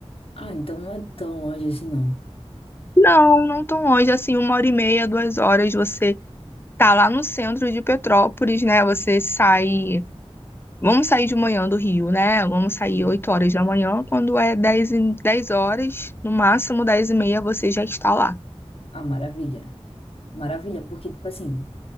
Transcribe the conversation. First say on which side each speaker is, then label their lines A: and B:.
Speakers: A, on the left; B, on the left.
A: Ah, então não é tão longe assim, não.
B: Não, não tão longe, assim, uma hora e meia, duas horas. Você tá lá no centro de Petrópolis, né? Você sai. Vamos sair de manhã do Rio, né? Vamos sair
A: Hum.
B: 8 horas da manhã, quando é dez e- 10 horas, no máximo 10 e meia você já está lá.
A: Ah, maravilha. Maravilha, porque, tipo assim.